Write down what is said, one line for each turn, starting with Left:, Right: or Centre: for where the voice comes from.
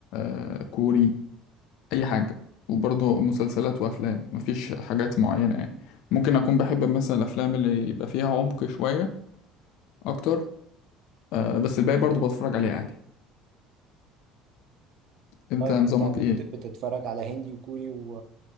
Left: آه، كوري أي حاجة وبرضه مسلسلات وأفلام مفيش حاجات معينة يعني ممكن أكون بحب مثلا الأفلام اللي يبقى فيها عمق شوية أكتر آه، بس الباقي برضه بتفرج عليه عادي أنت
Right: طيب
Left: نظامك
Right: انت بت...
Left: إيه؟
Right: بتتفرج على هندي وكوري و...